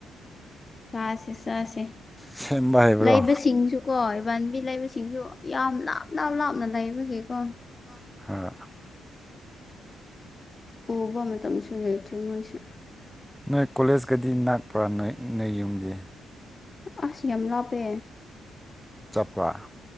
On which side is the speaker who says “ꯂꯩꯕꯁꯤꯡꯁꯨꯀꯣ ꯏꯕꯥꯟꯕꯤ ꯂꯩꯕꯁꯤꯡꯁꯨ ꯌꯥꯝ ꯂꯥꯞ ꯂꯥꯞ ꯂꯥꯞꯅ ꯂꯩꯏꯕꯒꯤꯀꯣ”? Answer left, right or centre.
Left